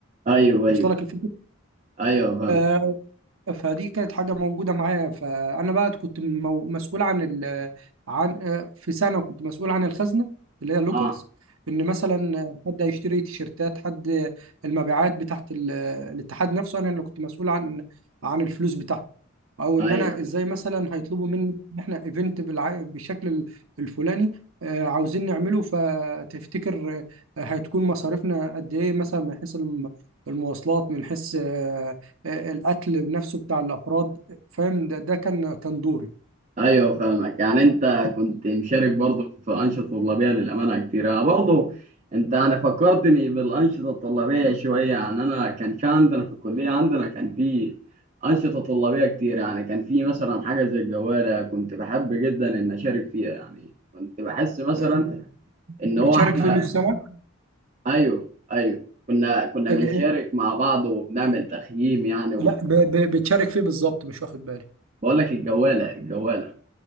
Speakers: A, on the right; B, on the right.
A: ايوه
B: واصله
A: ايوه
B: لك الفكرة
A: ايوه فاهم
B: آه، فدي كانت حاجة موجودة معايا فأنا بقى كنت مو- مسؤول عن ال عن آه، في سنة كنت مسؤول عن الخزنة اللي هي اللوكرز
A: اه
B: إن مثلا حد هيشتري تيشيرتات حد المبيعات بتاعت ال- الاتحاد نفسه أنا اللي كنت مسؤول عن عن الفلوس بتاعته أو إن
A: ايوه
B: أنا
A: ايوه
B: إزاي مثلا هيطلبوا مني إن إحنا إيفنت بالع- بالشكل ال- الفلاني آه، عاوزين نعمله فتفتكر آه، هتكون مصاريفنا قد إيه مثلا من حيث الم- المواصلات من حيث آه، آه، القتل نفسه بتاع الافراد فاهم ده ده كان كان دوري
A: ايوه فاهمك يعني انت كنت مشارك برضه في انشطه طلابيه للامانه كتير انا برضه انت يعني فكرتني بالانشطه الطلابيه شويه يعني انا كان في عندنا في الكليه عندنا كان في انشطه طلابيه كتير يعني كان في مثلا حاجه زي الجوالة كنت بحب جدا ان اشارك فيها يعني كنت بحس مثلا
B: آه،
A: ان
B: بتشارك
A: هو احنا
B: فيه مش سمك
A: <laughs> ايوه ايوه كنا كنا
B: ال-
A: بنشارك
B: آه،
A: مع بعض وبنعمل تخييم يعني وبقول
B: لا ب- ب- بتشارك فيه بالظبط مش واخد بالي
A: لك الجواله الجواله